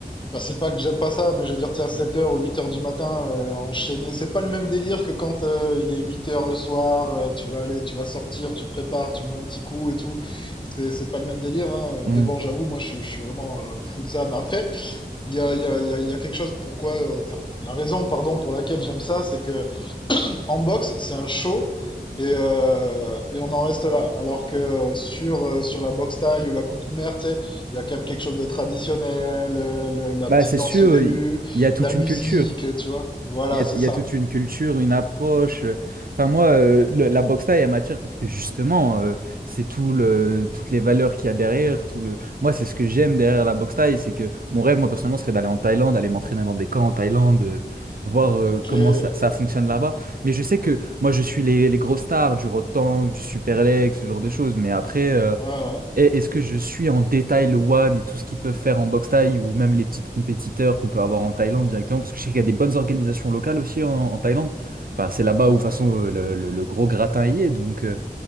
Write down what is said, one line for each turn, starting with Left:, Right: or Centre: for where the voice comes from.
Left: Enfin, c'est pas que j'aime pas ça, mais je veux dire, tu sais, à 7h ou huit heures du matin, euh, enchaîner, c'est pas le même délire que quand euh, il est huit heures le soir, euh, tu vas aller, tu vas sortir, tu te prépares, tu bois un petit coup et tout. C'est, c'est pas le même délire, hein.
Right: Hmm.
Left: Mais bon, j'avoue, moi, je, suis- je suis vraiment euh, fou de ça. Mais après, il y a, il y a, il y a, il y a quelque chose pourquoi, euh, enfin, la raison, pardon, pour laquelle j'aime ça, c'est que en boxe, c'est un show et, euh, et on en reste là. Alors que sur, euh, sur la boxe thaï ou la Kung Khmer, tu sais, il y a quand même quelque chose de traditionnel, euh, le- la
Right: Bah,
Left: petite
Right: c'est
Left: danse
Right: sûr,
Left: au début,
Right: il y a toute
Left: la musique,
Right: une culture.
Left: tu vois. Voilà,
Right: Il y a,
Left: c'est
Right: il
Left: ça.
Right: y a toute une culture, une approche. euh, Enfin, moi, euh, le- la boxe taille, elle m'attire parce que justement, euh, c'est tout le, toutes les valeurs qu'il y a derrière. Tout le... Moi, c'est ce que j'aime derrière la boxe taille. C'est que mon rêve, moi, personnellement, serait d'aller en Thaïlande, aller m'entraîner dans des camps en Thaïlande, euh, voir euh,
Left: Ok.
Right: comment
Left: Ouais,
Right: ça, ça fonctionne là-bas. Mais je sais que moi, je suis les, les gros stars du Rotan, du Superlex, ce genre de choses. Mais après, euh,
Left: ouais.
Right: et Est-ce que je suis en détail le One et tout ce qu'ils peuvent faire en boxe thaï ou même les petites compétiteurs qu'on peut avoir en Thaïlande directement? Parce que je sais qu'il y a des bonnes organisations locales aussi en, en Thaïlande. Enfin, c'est là-bas
Left: ouais.
Right: où, de toute façon, le, le- le gros gratin y est. Donc, euh,